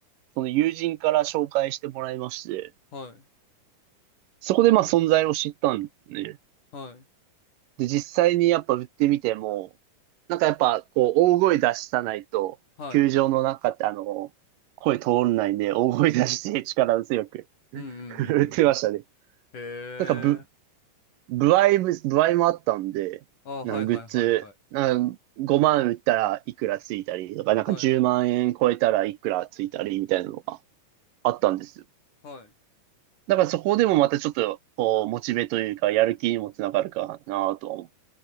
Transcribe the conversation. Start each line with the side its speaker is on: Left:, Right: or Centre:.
Right: その友人から紹介してもらいまして、
Left: はい。
Right: そこでまあ存在を知ったんですね。
Left: はい。
Right: で、実際にやっぱ売ってみても、なんかやっぱこう大声出したないと、
Left: はい。
Right: 球場の中ってあの、声通らないんで、大声出して力強く
Left: うんうんうんうんうん。
Right: <laughs> 売ってましたね。
Left: へえ。
Right: なんかぶ、歩合も、歩合もあったんで、
Left: あ、はいはいはいはい。
Right: なんかグッズ、なんか5万売ったらいくらついたりとか、なんか10万円超えたらいくらついたりみたいなのが
Left: はい
Right: あったんですよ。
Left: はい。
Right: だからそこでもまたちょっと、こう、モチベというか、やる気にもつながるかなとは思う